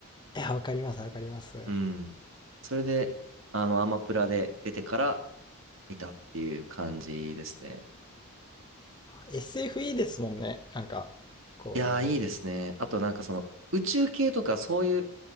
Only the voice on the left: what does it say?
ー、いやわかります、わかります。
SF いいですもんね。なんか、こう、